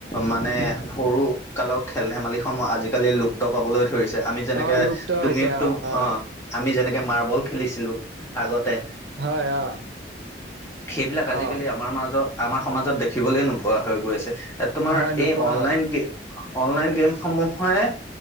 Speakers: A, on the left; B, on the right.
A: মানে সৰু কালৰ খেল-ধেমালিসমূহ আজিকালি লুপ্ত পাবলৈ ধৰিছে আমি যেনেকে
B: অ লুপ্ত
A: তুমি
B: হৈছে অ
A: তম
B: অ
A: আহ আমি যেনেকে মাৰ্বল খেলিছিলো আগতে
B: হয় অ
A: সেইবিলাক আজিকালি
B: অ
A: আমাৰ মাজত আমাৰ সমাজত দেখিবলৈ নোপোৱা হৈ গৈ আছে। তোমাৰ
B: হয় নোপোৱা
A: এই অনলাইন
B: হ'ল
A: গেম অনলাইন গেম সমূহে